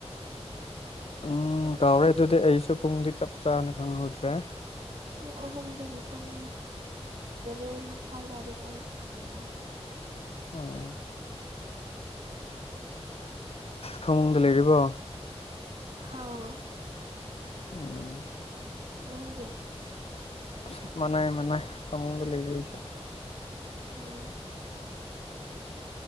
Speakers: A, on the left (about 65°); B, on the right (about 75°).
A: ꯎꯝ
B: ꯄꯨꯡ
A: ꯀꯥꯎꯔꯦ ꯑꯗꯨꯗꯤ ꯑꯩꯁꯨ ꯄꯨꯡꯗꯤ ꯆꯞ ꯆꯥꯅ ꯈꯪꯍꯧꯗ꯭ꯔꯦ
B: ꯄꯨꯡ ꯑꯍꯨꯝꯗꯒꯤ ꯄꯨꯡ ꯇꯔꯦꯠ ꯃꯈꯥꯏ ꯐꯥꯎꯗꯤ ꯑꯩ ꯁꯪꯉꯣꯏ
A: ꯑꯣ ꯐꯃꯨꯡꯗ ꯂꯩꯔꯤꯕꯣ
B: ꯍꯥꯎ
A: ꯎꯝ
B: ꯅꯪꯗꯤ
A: ꯑꯁ ꯃꯅꯥꯏ ꯃꯅꯩ ꯐꯃꯨꯡꯗ ꯂꯩꯔꯤ ꯑꯩꯁꯨ
B: ꯎꯝ